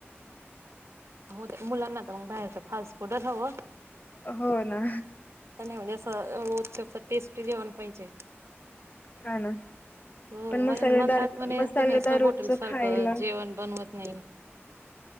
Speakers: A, on the right; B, on the left.
A: हो ते मुलांना तर मग बाहेरच फास्ट फूडच हवं
B: हो ना
A: नाही म्हणजे रो टेस्टी जेवण पाहिजे
B: हा ना
A: हो
B: पण
A: म्ह
B: मसालेदार
A: म्हणतात म्हणे
B: मसालेदार
A: तुम्ही असं
B: रोजच
A: होॉटेल सारखं
B: खायला
A: जेवण बनवत नाही